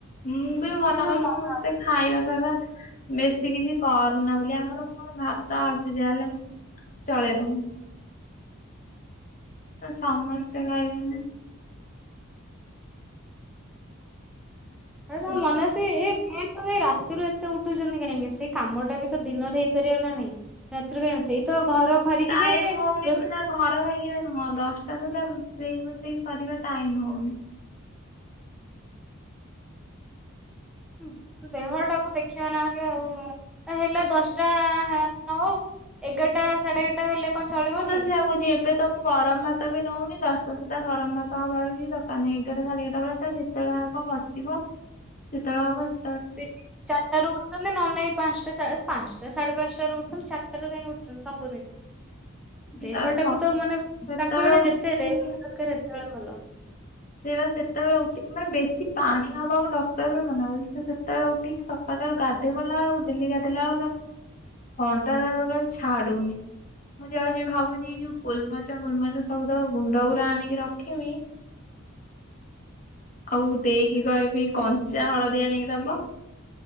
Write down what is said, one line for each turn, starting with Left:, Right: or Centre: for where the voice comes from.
Left: ମୁଁ ବି ମନା
Centre: ତ ତା
Left: କରୁଛି
Centre: ମନ
Left: ମତେ ଖାଇବା ଫାଇବା ବେଶୀ କିଛି କରନା ବୋଲି। ଆମର ମୋର ଭାତ ଆଳୁ ସିଯା ହେଲେ ମୁ ଚଳେଇଦମୁ। ତ ସମସ୍ତେ ଖାଇବେନି।
Centre: ହେରା
Left: ସେଇଆ
Centre: ତାଙ୍କୁ ମନା ସେ ଏ ମେନ୍ ରାତିରୁ ଏତେ ଉଠୁଛନ୍ତି କାହିଁକି। ସେଇ କାମଟା ବି ତ ଦିନରେ ହେଇପାରିବ ନା ନାଇଁ। ରାତିରୁ କାଇଁ ଉଠୁ ସେଇ ତ ଘର ଖରିକିିବେ
Left: ଟାଇମ ହଉନି
Centre: ରୋଷେ
Left: ନା ଘର ଖରିକିବ ନୁହଁ। ଦଶଟା ସୁଧା ରୋଷେଇ ଫୋଷେଇ ସରିବା ଟାଇମ ହଉନି।
Centre: ହୁଁ ଦେହ ଟାକୁ ଦେଖିବା ନା ଆଗ ଆଉ। ହେଲା ଦଶଟା ନ ହଉ। ଏଗାରଟା ସାଢେ ଏଗାରଟା ହେଲେ କଣ ଚଳିବନି
Left: ମୁଁ ତ ସେଇଆ କହୁଛି ଏବେ ତ ମୁଁ ଗରମ ଭାତ ବି ନଉନି। ଦଶଟା ସୁଦ୍ଧା ଗରମ ଭାତ ହବା ବି କିଛି ଦରକାର ନାହିଁ ଏଗାରା ସାଢେ ଏଗାରଟା ବେଳେ ତା ଯେତ ଯେତେବେଳେ ହବ ବସିଥିବ ସେତେବେଳେ ହବ ସେ
Centre: ସେ ଚା ଟାରୁ ଉଠୁଛନ୍ତି ନହେଲେ ପାଞ୍ଚଟା ସାଢ଼େ ପାଞ୍ଚଟା ସାଢେ ପାଞ୍ଚଟା ର ଉଠୁଛନ୍ତି ଚାରାଟରେ କାଇଁ ଉଠୁଛନ୍ତି ସବୁଦିନ।
Left: <inaudible>
Centre: ଦେହ
Left: ତାର
Centre: ଟାକୁ
Left: ସ
Centre: ତ ମାନେ
Left: ସେତେବେଳେ
Centre: ତାଙ୍କୁ ଜଣେ
Left: ଉଠିକି
Centre: ଯେତେ ରେ ଦରକାର ସେତେବେଳେ ଭଲ।
Left: ସେଇ ବା ସେତେବେଳେ ଉଠି ମାନେ ବେଶୀ ପାଣି ହବାକୁ ଡକ୍ଟର ବି ମନାେ କରଉଛି ସେତେବେଳେ ଟିକେ ସକାଳୁାରୁ ଗାଧୋଇ ବଲା ବେଳକୁ ଡେଲ୍ଲି ଗାଧୋଇଲା ବେଳକୁ ତାକୁ ଥଣ୍ଡା ଟା ଛାଡୁନି। ମୁଁ ଯାଉଛି ଭାବୁଛିି ଯୋଉ ଗୋଲମଚ ଗୋଲମଚ ସବୁଦ ଗୁଣ୍ଡ ଗୁୁରା ଆଣିକି ରଖମି। ଆଉ ଦେଇକି କହିବି କଞ୍ଚା ହଳଦୀ ଆଣିକି ଦବ।